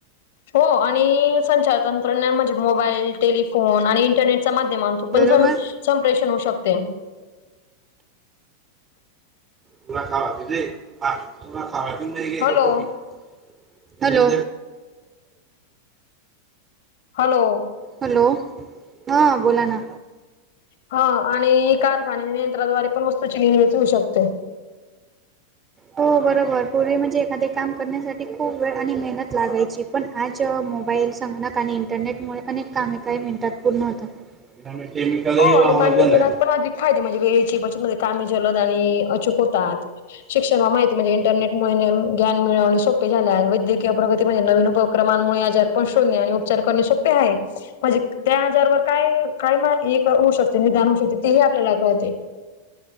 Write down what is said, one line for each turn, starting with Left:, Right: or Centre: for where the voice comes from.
Left: हो आणि संचार तंत्रज्ञ म्हणजे मोबाईल, टेलिफोन आणि इंटरनेट माध्यमां थ्रु
Right: बरोबर
Left: पण स संप्रेषण होऊ शकतय.
Right: तुला खवा दिदे पाहा तुला खावाळतीन <unintelligible>
Left: हॅलो
Right: हॅलो!
Left: हॅलो!
Right: हॅलो, हा बोला ना.
Left: हा आणि कारखाने नियंत्राद्वारे पण वस्तूची निर्मिती होऊ शकते.
Right: हो बरोबर पूर्वी म्हणजे एखादे काम करण्यासाठी खूप वेळ आणि मेहनत लागायची. पण आज जेव्हा मोबाईल, संगणक आणि इंटरनेटमुळे अनेक कामे काही मिनटात पूर्ण होतात. त्यामुळं केमिकल हे
Left: हो आणि
Right: महाग
Left: मानवी
Right: होतं
Left: जीवनात
Right: चालंय.
Left: पण अधिक फायदे म्हणजे वेळेची बचतमध्ये कामे जलद आणि अचूक होतात. शिक्षणाला माहिती म्हणजे इंटरनेटमुळे ज्ञान मिळवण सोपे झाले आहे वैद्यकीय प्रगती म्हणजे नवीन उप क्रमांमुळे आजार पण शोधनं आणि उपचार करणे सोपे आहे म्हणजे त्या आजारवर काय काय एक होऊ शकते निदान होऊ शकते तेही आपल्याला कळतेय.